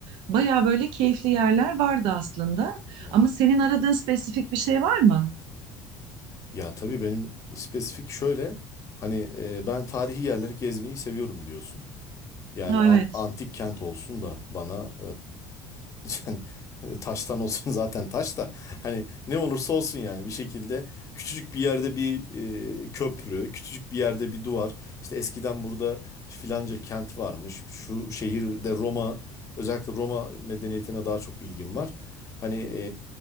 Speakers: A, on the right; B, on the left.
A: baya böyle keyifli yerler vardı aslında.
B: Hmm.
A: Ama senin aradığın spesifik bir şey var mı?
B: Ya tabii benim spesifik şöyle hani e, ben tarihi yerleri gezmeyi seviyorum biliyorsun. Yani
A: Ha,
B: an-
A: Evet.
B: antik kent olsun da bana e, <laughs> yani taştan olsun <laughs> zaten taş da hani ne olursa olsun yani bir şekilde küçücük bir yerde bir e, köprü, küçücük bir yerde bir duvar. İşte eskiden burada filanca kent varmış. Şu şehirde Roma özellikle Roma medeniyetine daha çok ilgim var. Hani e,